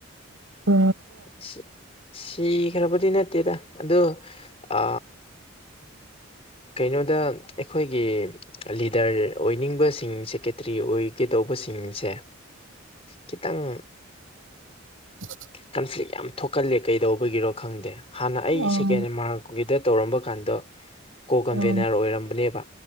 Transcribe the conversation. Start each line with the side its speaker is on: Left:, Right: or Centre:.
Right: ꯎ
Left: <inaudible> ꯁꯤꯈ꯭ꯔꯕꯨꯗꯤ ꯅꯠꯇꯦꯗ ꯑꯗꯣ ꯑ ꯀꯩꯅꯣꯗ ꯑꯩꯈꯣꯏꯒꯤ ꯂꯤꯗꯔ ꯑꯣꯏꯅꯤꯡꯕꯁꯤꯡ ꯁꯦꯀꯦꯇ꯭ꯔꯤ ꯑꯣꯏꯒꯦ ꯇꯧꯕ ꯁꯤꯡꯁꯦ ꯈꯤꯇꯪ
Right: <inaudible>
Left: ꯀꯟꯐ꯭ꯂꯤꯛ ꯌꯥꯝ ꯊꯣꯛꯀꯜꯂꯦ ꯀꯩꯗꯧꯕꯒꯤꯔꯣ ꯈꯪꯗꯦ ꯍꯥꯟꯅ ꯑꯩ
Right: ꯎꯝ
Left: ꯁꯦꯀꯦꯟ ꯃꯥꯔꯛꯀꯤꯗ ꯇꯧꯔꯝꯕ ꯀꯥꯟꯗ ꯀꯣ ꯀꯟꯚꯦꯅꯔ
Right: ꯎꯝ
Left: ꯑꯣꯏꯔꯝꯕꯅꯦꯕ